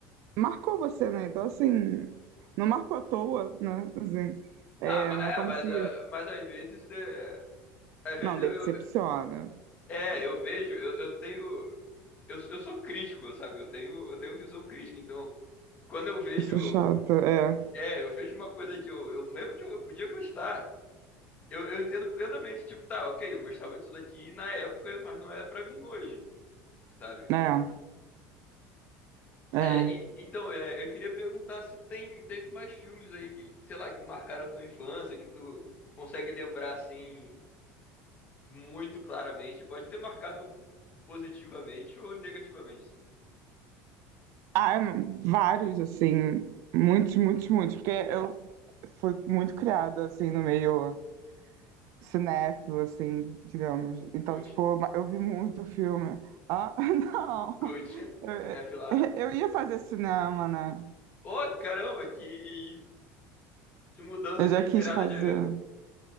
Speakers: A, on the right (about 50°); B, on the left (about 25°).
A: marcou você, né? Então, assim, não marcou à toa, né? Assim, é,
B: Ah, mas,
A: não
B: é,
A: é como
B: mas,
A: se.
B: ah, mas às vezes, né, às vezes
A: Não,
B: eu,
A: decepciona.
B: eu, É, eu vejo, eu, eu tenho. Eu, eu sou crítico, sabe? Eu tenho, eu tenho visão crítica. Então, quando eu vejo.
A: Eu sou chata, é.
B: É, eu vejo uma coisa que eu, eu mesmo que eu, eu podia gostar. Eu, eu entendo plenamente, tipo, tá, ok, eu gostava disso daqui na época, mas não é pra mim hoje, sabe?
A: É, é.
B: É, e- então, é, eu queria perguntar se tem, teve mais filmes aí que, sei lá, que marcaram tua infância, que tu consegue lembrar assim muito claramente. Pode ter marcado positivamente ou negativamente.
A: Ah, é, vários, assim, muitos, muitos, muitos, porque eu fui muito criada, assim, no meio cinéfilo, assim, digamos. Então,
B: Cult.
A: tipo, ma- eu vi muito filme. Ah, <laughs> não!
B: Cult. <laughs> Cinéfilo
A: Eu, eu ia fazer cinema, né?
B: Ô, caramba, que, que mudança
A: Eu
B: inesperada
A: já quis fazer.
B: de evento.